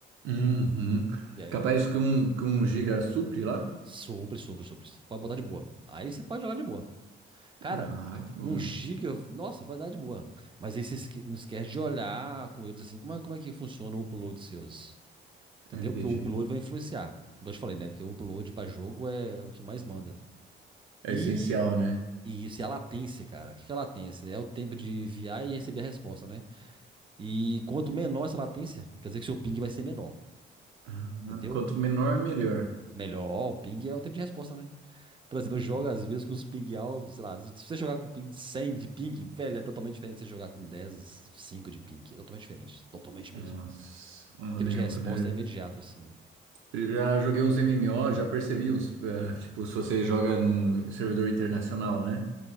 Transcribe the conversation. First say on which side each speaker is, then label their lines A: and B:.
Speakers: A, on the right; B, on the right.
A: Uhum.
B: E aí,
A: Capaz que um, que um giga supre lá?
B: Sobre, sobre, sobre. Você pode botar de boa. Aí você pode jogar de boa. Cara,
A: Ah, que bom.
B: um giga, nossa, vai dar de boa. Mas aí você esque- não esquece de olhar com eles assim, como é, como é que funciona o upload seus. Entendeu?
A: Entendi.
B: Porque o upload vai influenciar. Igual eu te falei, né? Porque o upload pra jogo é o que mais manda.
A: É
B: E,
A: essencial, né?
B: e isso é a latência, cara. O que que é a latência? É o tempo de enviar e receber a resposta, né? E quanto menor essa latência, quer dizer que seu ping vai ser menor.
A: Ah,
B: Entendeu?
A: Quanto menor, melhor.
B: Melhor, o ping é o tempo de resposta, né? Por
A: Hum.
B: exemplo, eu jogo às vezes com os ping altos, sei lá, se você jogar com ping de 100 de ping, velho, é totalmente diferente de você jogar com 10 5 de ping. É totalmente diferente, totalmente
A: Nossa,
B: mesmo. O
A: eu
B: tempo
A: lembro,
B: de resposta
A: né?
B: é imediato, assim.
A: Já joguei uns MMO, já percebi uns, eh, tipo, se você joga num servidor internacional, né?